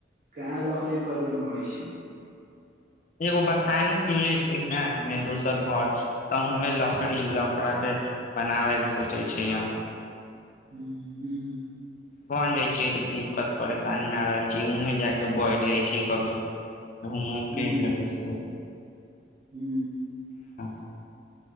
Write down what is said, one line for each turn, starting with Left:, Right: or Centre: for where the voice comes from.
Right: कहाँ लकड़ी के घर बनबाबै छी
Left: एगो बथानी किनले छियै ने ओहिमे दोसर घर तऽ हुंये लकड़ी लकड़ा के बनाबे के सोचे छी हम
Right: हूंम्म हूंम्म
Left: बन जाइ छियै तऽ दिक्कत परेशानी नहि रहै छै उहें जाके बैठ जाइ छियै कभी गहुम उहूम
Right: हुं हुं
Left: <unintelligible>